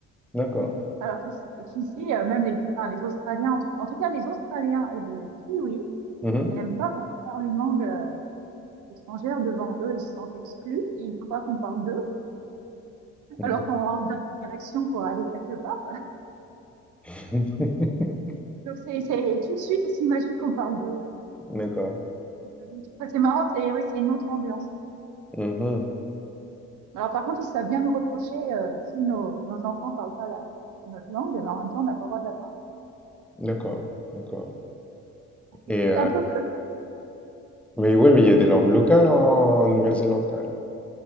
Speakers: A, in the centre; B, on the right.
A: d'accord.
B: Alors qu'ici, qu'ici, euh, même les, enfin, les Australiens, en tout, en tout cas les Australiens et les Kiwis,
A: Mmh.
B: ils n'aiment pas quand on parle une langue euh, étrangère devant eux, ils se sentent exclus, ils croient qu'on parle d'eux,
A: Mmh.
B: alors qu'on rentre dans des directions pour aller quelque part.
A: <laughs>
B: Donc c'est, c'est et tout de suite, on s'imagine qu'on parle d'eux.
A: D'accord.
B: Pas du tout. Enfin, C'est marrant, c'est oui, c'est une autre ambiance en fait.
A: Mmh.
B: Alors par contre, ils savent bien nous reprocher euh, si nos, nos enfants parlent pas la, notre langue, mais en même temps, on n'a pas le droit de la parler.
A: D'accord, d'accord. Et
B: C'est
A: heu,
B: un peu que
A: mais oui, mais il y a des langues locales en Nouvelle-Zélande, quand même.